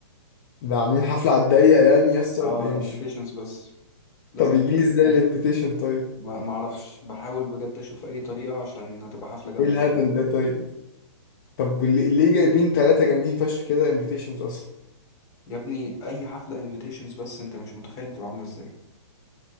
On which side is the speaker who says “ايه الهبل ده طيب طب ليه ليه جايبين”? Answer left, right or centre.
Left